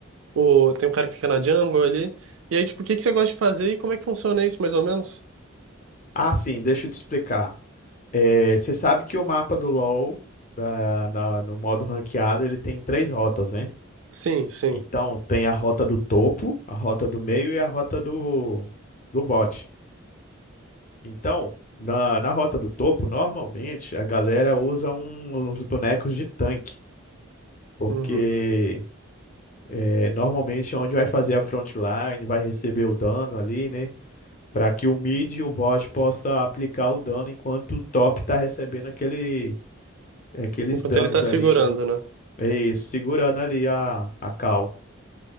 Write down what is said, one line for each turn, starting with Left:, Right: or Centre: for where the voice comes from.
Right: o, tem um cara que fica na jungle ali. E aí, tipo, o que que você gosta de fazer e como é que funciona isso, mais ou menos?
Left: Ah, sim, deixa eu te explicar. É, você sabe que o mapa do LoL, da- na- no modo ranqueado, ele tem três rotas, né?
Right: Sim, sim.
Left: Então, tem a rota do topo, a rota do meio e a rota do, do bot. Então, na, na rota do topo, normalmente, a galera usa um- uns bonecos de tanque, porque
Right: Uhum.
Left: é, normalmente é onde vai fazer a frontline, vai receber o dano ali, né? Para que o mid e o bot possa aplicar o dano enquanto o top tá recebendo aquele, aqueles
Right: Enquanto
Left: danos
Right: ele tá segurando,
Left: ali
Right: né?
Left: É Isso, segurando ali a, a cal.